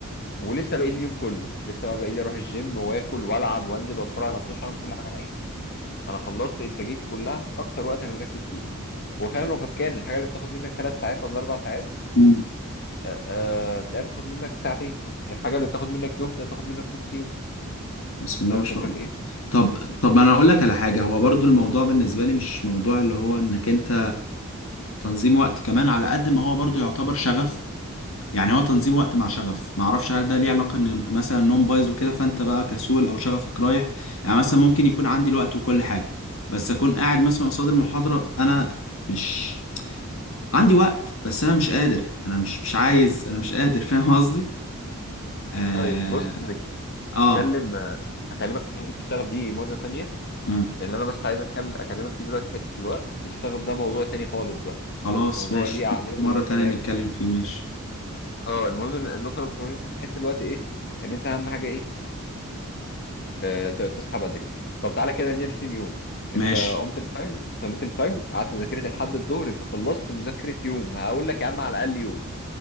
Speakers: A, on the left (about 45°); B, on the left (about 65°).
A: ولسه باقي لي اليوم كله لسه بقى باقي لي اروح الجيم واكل والعب وانزل واتفرج على ماتش اعمل كل حاجه انا عايزها انا خلصت انتاجيتي كلها في اكتر وقت انا مركز فيه وفعلا لو كانت كان الحاجه اللي بتاخد منك ثلاث ساعات ولا اربع ساعات
B: امم
A: آه، آه، تلاقيها بتاخد منك ساعتين الحاجة اللي بتاخد منك يوم تلاقيها بتاخد منك نص يوم
B: بسم الله
A: فاهم
B: ما شاء
A: الفكرة
B: الله
A: في ايه؟
B: طب طب أنا أقول لك على حاجة هو برضو الموضوع بالنسبة لي مش موضوع اللي هو إنك أنت تنظيم وقت كمان على قد ما هو برضو يعتبر شغف يعني هو تنظيم وقت مع شغف ما اعرفش هل ده ليه علاقه ان مثلا النوم بايظ وكده فانت بقى كسول او شغفك رايح يعني مثلا ممكن يكون عندي الوقت وكل حاجه بس اكون قاعد مثلا قصاد المحاضره انا مش عندي وقت بس انا مش قادر انا مش مش عايز انا مش قادر <laughs> فاهم قصدي اه,
A: طيب بص
B: آه.
A: نتكلم آه، هكلمك في حتة الشغف دي مرة تانية
B: مم.
A: اللي أنا بس عايز أتكلم أكلمك فيه دلوقتي حتة الوقت الشغف ده موضوع تاني خالص بقى
B: خلاص
A: موضوع
B: ماشي
A: ليه قعدته
B: ممكن مره
A: وليه
B: تانية
A: كلامه
B: نتكلم فيه ماشي
A: اه المهم إن النقطة اللي كنت بقولها في حتة الوقت إيه؟ إن أنت أهم حاجة إيه؟ آه، ت- تصحى بدري طب تعالى كده نرسم يوم انت
B: ماشي
A: قمت الفجر صليت الفجر قعدت ذاكرت لحد الظهر انت خلصت مذاكره يوم هقول لك يا عم على الاقل يوم